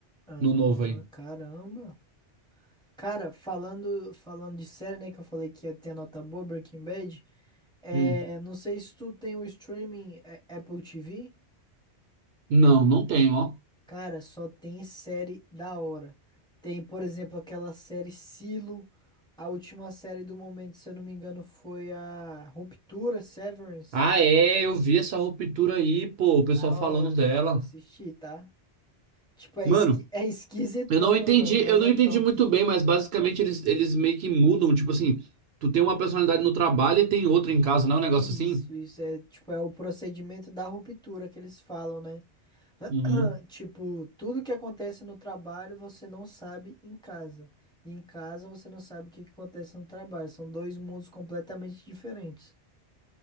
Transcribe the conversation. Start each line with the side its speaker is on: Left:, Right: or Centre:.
Centre: Ah,
Right: no novo aí.
Centre: caramba. Cara, falando falando de série, né, que eu falei que ia ter a nota boa, Breaking Bad, é,
Right: Hum.
Centre: não sei se tu tem o streaming é, Apple TV.
Right: Não, não tem, ó.
Centre: Cara, só tem série da hora. Tem, por exemplo, aquela série Silo. A última série do momento, se eu não me engano, foi a Ruptura, Severance.
Right: Ah, é, eu vi essa ruptura aí, pô, o
Centre: Da
Right: pessoal falando
Centre: hora,
Right: dela.
Centre: da hora assistir, tá? Tipo, é,
Right: Mano.
Centre: esqui... <laughs> é esquisitona,
Right: Eu não entendi,
Centre: mano, mas
Right: eu não
Centre: é
Right: entendi
Centre: top.
Right: muito bem, mas basicamente eles, eles meio que mudam, tipo assim, tu tem uma personalidade no trabalho e tem outra em casa, não é um negócio
Centre: Isso,
Right: assim?
Centre: isso é, tipo, é o procedimento da ruptura que eles falam, né? <clears throat>
Right: Uhum.
Centre: Tipo, tudo que acontece no trabalho você não sabe em casa. E em casa você não sabe o que que acontece no trabalho. São dois mundos completamente diferentes.